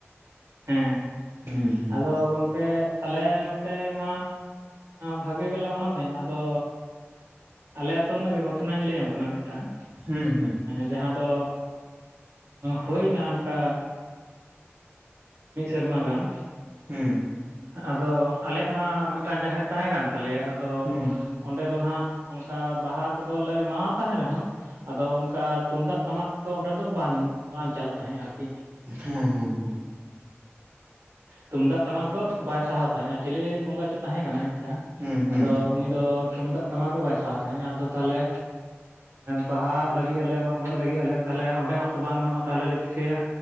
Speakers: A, on the right; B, on the right.
A: ᱦᱮᱸ
B: ᱦᱩᱸ
A: ᱟᱫᱚ ᱜᱚᱝᱠᱮ ᱟᱞᱮ ᱱᱚᱛᱮ ᱢᱟ ᱵᱷᱟᱜᱮ ᱜᱮᱞᱮ ᱢᱟᱱᱟᱣ ᱛᱟᱦᱮᱸᱼᱟ ᱟᱫᱚ ᱟᱞᱮ ᱟᱛᱳ ᱨᱮᱱᱟᱜ ᱜᱮ ᱜᱷᱚᱴᱚᱱᱟᱧ ᱞᱟᱹᱭᱟᱢ ᱠᱟᱱᱟ ᱢᱤᱫᱴᱟᱝ
B: ᱦᱩᱸ ᱦᱩᱸ
A: ᱡᱟᱦᱟᱸ ᱫᱚ ᱦᱩᱭᱱᱟ ᱚᱱᱠᱟ ᱢᱤᱫ ᱥᱮᱨᱢᱟ ᱜᱟᱱ
B: ᱦᱮᱸ
A: ᱟᱫᱚ ᱟᱞᱮᱭᱟᱜ ᱢᱟ ᱢᱤᱫᱴᱟᱱ ᱡᱟᱦᱮᱨ ᱛᱟᱦᱮᱸ ᱠᱟᱱ ᱛᱟᱞᱮᱭᱟ ᱟᱫᱚ
B: ᱦᱩᱸ
A: ᱚᱸᱰᱮ ᱫᱚ ᱱᱟᱦᱟᱜ ᱚᱱᱠᱟ ᱵᱟᱦᱟ ᱠᱚᱫᱚᱞᱮ ᱮᱢᱟᱣᱟ ᱛᱟᱦᱮᱸ ᱨᱮᱦᱚᱸ ᱟᱫᱚ ᱚᱱᱠᱟ ᱛᱩᱢᱫᱟᱜ ᱴᱟᱢᱟᱠ ᱫᱚ ᱚᱸᱰᱮ ᱫᱚ ᱵᱟᱝ ᱵᱟᱝ ᱪᱟᱞᱟᱜ ᱛᱟᱦᱮᱸᱜᱼᱟ ᱟᱨᱠᱤ
B: ᱦᱮᱸ ᱦᱮᱸ ᱦᱮᱸ
A: ᱛᱩᱢᱫᱟᱜ ᱴᱟᱢᱟᱠ ᱫᱚ ᱵᱟᱭ ᱥᱟᱦᱟᱣ ᱛᱟᱦᱮᱸᱫᱼᱟ ᱪᱤᱞᱮ ᱵᱚᱸᱜᱟ ᱪᱚ ᱛᱟᱦᱮᱸ ᱠᱟᱱᱟᱭ ᱢᱤᱫᱴᱟᱝ
B: ᱦᱮᱸ ᱦᱮᱸ ᱦᱮᱸ ᱦᱩᱸ ᱦᱩᱸ
A: ᱟᱫᱚ ᱩᱱᱤ ᱫᱚ ᱛᱩᱢᱫᱟᱜ ᱴᱟᱢᱟᱠ ᱫᱚ ᱵᱟᱭ ᱥᱟᱦᱟᱣ ᱛᱟᱦᱮᱸᱜᱼᱟ ᱟᱫᱚ ᱛᱟᱦᱚᱞᱮ ᱵᱟᱦᱟ ᱞᱟᱹᱜᱤᱫ ᱟᱞᱮ ᱢᱟᱜ ᱢᱚᱬᱮ ᱞᱟᱹᱜᱤᱫ ᱟᱞᱮ ᱛᱟᱦᱚᱞᱮ ᱚᱸᱰᱮ ᱢᱟᱛᱚ ᱵᱟᱝ ᱜᱟᱱᱚᱜᱼᱟ ᱛᱟᱦᱚᱞᱮ ᱞᱮ ᱪᱤᱠᱟᱹᱭᱟ